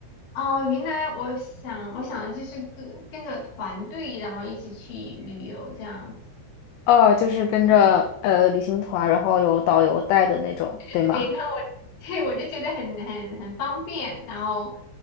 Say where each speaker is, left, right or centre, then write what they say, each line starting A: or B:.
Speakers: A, on the left; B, on the left.
A: 哦，云南，我想，我想的就是跟跟着团队，然后一起去旅游这样子。
B: 哦，就是跟着呃旅行团，然后有导游带的那种，
A: 对对，
B: 对吗？
A: 那我 <laughs> 对我就觉得很很很方便，然后